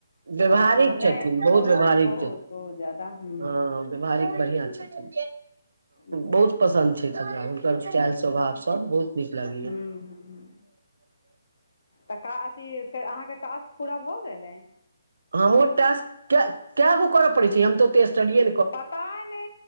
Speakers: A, on the right (about 80°); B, on the left (about 70°).
A: व्यवहारिक
B: हँ नहि
A: छथिन बहुत व्यवहारिक
B: बहुत
A: छथिन
B: बहुत जादा हूँ
A: हं
B: हूँ
A: व्यवहारिक बढ़िया छथिन
B: ई तऽ
A: बहुत
B: छैहे
A: पसन्द आर हुनकर चइल स्वभाव सब बहुत नीक लगैया
B: हूँ हू हं तऽ अथी अहाँके टास्क पूरा भऽ गेलइ
A: हम टक कऽ गो करऽ पड़े छै हम तो ओते स्टडीए
B: पता ने